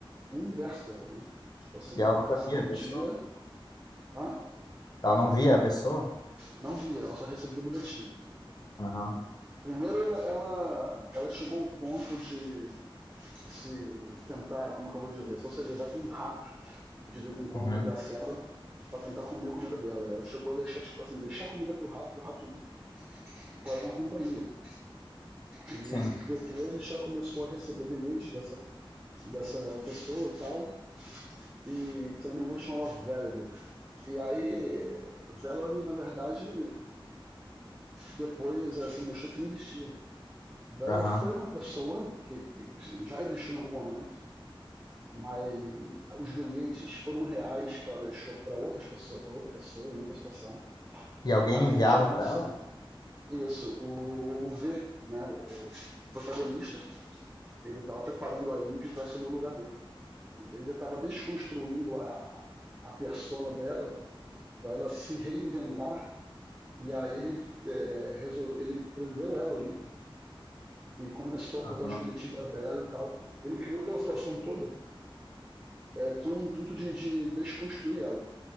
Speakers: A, on the right; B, on the left.
A: o universo dela, né? Tipo assim,
B: E ela
A: ela
B: nunca
A: passava
B: via
A: o
B: a pessoa?
A: dia, ah,
B: Ela não via a pessoa?
A: não via, ela só recebia bilhetinho.
B: Aham.
A: Primeiro, ela, ela, ela chegou ao ponto de se tentar, como é que eu vou dizer, socializar com um rato que de vez em quando
B: Uhum.
A: ia até a cela para tentar comer a comida dela. Ela chegou a deixar, tipo assim, deixar a comida pro rato, pro rato ir, pra ter uma companhia. E
B: Sim.
A: depois ela começou a receber bilhetes dessa, dessa pessoa e tal, e se não me engano chamava Valerie. E aí, Valerie, na verdade, depois ela se assim, mostrou que não existia. Valerie
B: Aham.
A: foi uma pessoa que, que, que já existiu em algum momento, mas os bilhetes foram reais que ela deixou para outras pessoas, para outra pessoa em outra situação,
B: E alguém
A: mas
B: enviava
A: eles estavam
B: pra
A: sendo
B: ela?
A: isso, o, o V, né, o, o protagonista, ele estava preparando a Ivy para assumir o lugar dele. Então ele estava desconstruindo a, a persona dela para ela se reinventar e aí ele é, resolve, ele prendeu ela ali e começou a
B: Aham.
A: botar os bilhetinhos da Vera e tal. Ele criou aquela situação toda é, com o intuito de, de desconstruir ela.